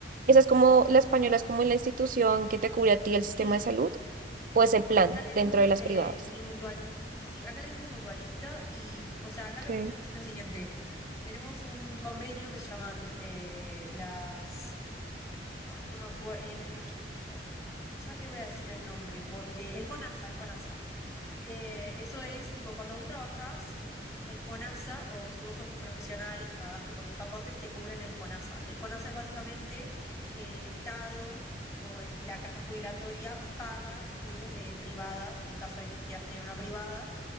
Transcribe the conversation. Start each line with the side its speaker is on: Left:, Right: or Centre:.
Right: esas es como la española, es como la institución que te cubre a ti el sistema
Left: sí,
Right: de salud, o es el plan
Left: Acá le decimos
Right: dentro de las
Left: eh,
Right: privadas.
Left: mi mutual. Sí, acá le decimos mutualista y, o sea, acá lo
Right: Okay.
Left: que tenemos es lo siguiente. Tenemos un convenio que se llaman eh, las... Ay, no me acuerdo. El... Ya te voy a decir el nombre, porque... El FONASA, el FONASA. Eh, eso es tipo cuando vos trabajás, el FONASA, o si vos sos profesional y pagás tipo tus aportes, te cubren el FONASA. El FONASA es básicamente que el Estado o el- la caja jubilatoria paga tu eh, privada, en caso de que quieras tener una privada.